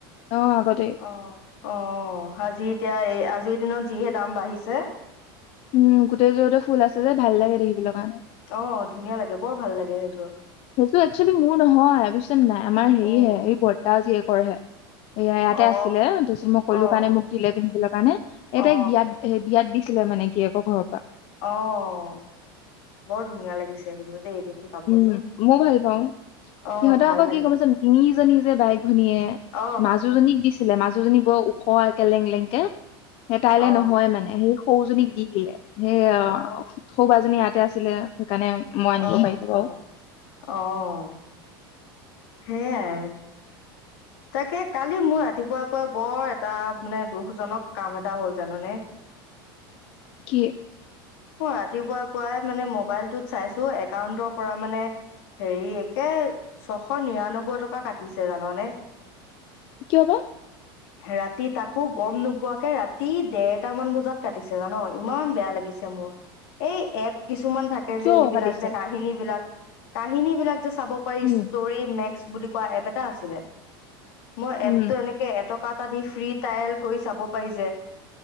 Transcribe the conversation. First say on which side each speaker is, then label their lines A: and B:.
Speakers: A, on the left; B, on the left.
A: অ আগতে
B: অ'। অ'। আজি এতিয়া এই আজিৰ দিনত যিহে দাম বাঢ়িছে।
A: উম গোটেই যোৰতে ফুল আছে যে, ভাল লাগে দেখিবলৈ কাৰণে।
B: অ' ধুনীয়া লাগে, বৰ ভাল লাগে সেইযোৰ।
A: সেইযোৰ একচোৱেলি মোৰ নহয় বুজিছ নে নাই? আমাৰ হেৰিহে
B: উম
A: এই বৰতা জীয়েকৰ হে। এয়া ইয়াতে
B: অ
A: আছিলে, তাৰপিছত মই ক'লো
B: অ
A: কাৰণে মোক দিলে পিন্ধিবলৈ কাৰণে, এই
B: অ
A: তাইক বিয়াত হে বিয়াত দিছ আছিলে মানে গিৰিয়েকৰ ঘৰত।
B: অ', বৰ ধুনীয়া লাগিছে কিন্তু দেই। দেখি কাপোৰযোৰ
A: উম। মইও ভাল পাওঁ।
B: অ
A: সিহঁতে
B: ভাল
A: আকৌ
B: লাগে
A: কি গম পাইছ নে? তিনিজনী যে বাইক ভনীয়েক।
B: অ
A: মাজুজনীক দিছিলে মাজুজনী বৰ ওখ ওখ একে লেং লেংকে সেই তাইলৈ
B: অ
A: নহয় মানে সেই সৰুজনীক দি দিলে। সেইয়া
B: অ
A: সৰু বাজনি ইয়াতে আছিলে সেইকাৰণে মই আনিব
B: অ
A: পাৰিলো।
B: অ'
A: বাৰু
B: অ' হেয়াই। তাকে, কালি মোৰ ৰাতিপুৱাৰ পৰাই বৰ এটা মানে দুখজনক কাম এটা হ'ল, জান নে?
A: কি?
B: মই ৰাতিপুৱাৰ পৰাই মানে মবাইলটোত চাইছো একাউণ্টৰ পৰা মানে হেৰি, একে ছয়শ নিৰান্নব্বৈ টকা কাটিছে। জাননে?
A: কিয় বা
B: ৰাতি তাকো গম নোপোৱাকে ৰাতি দেৰটামান বজাত কাটিছে জান ইমান বেয়া লাগি মোৰ এই এপ কিছুমান থাকে
A: কিয়
B: যে এইবিলাক
A: পাতিছে
B: যে কাহিনী বিলাক কাহিনী বিলাক যে চাব পাৰি
A: উম
B: যে ষ্টৰি নেক্সট বুলি কোৱা এপ এটা আছিলে মই
A: উম
B: এপ টো এনেকে এটকা এটা দি ফি টাইল কৰি চাব পাৰি যে